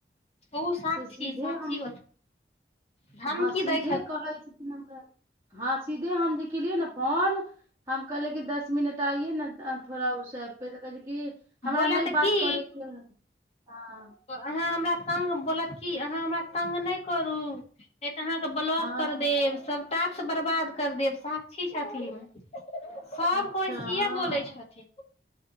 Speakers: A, on the left (about 35°); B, on the right (about 15°).
A: ओ साक्षी
B: से सीधे
A: साक्षी
B: हम
A: धमकी
B: हँ सीधे
A: दै
B: कहै छथिन हमरा हँ सीधे हम जे केलियै ने फोन हम कहले कि दस मिनट आइे ने थोड़ा उ त फेरो कहि कि हमरा
A: बोलत
B: नहि बात
A: की
B: करयके है हँ
A: अहाँ हमरा तंग बोलत कि अहाँ हमरा तंग नहि करू नै त' अहाँके ब्लॉक
B: हँ
A: कर देब सब टास्क बरबाद कर देब साक्षी छथिन सभ
B: अच्छा
A: कोइ सेहे
B: हँ
A: बोलै छथिन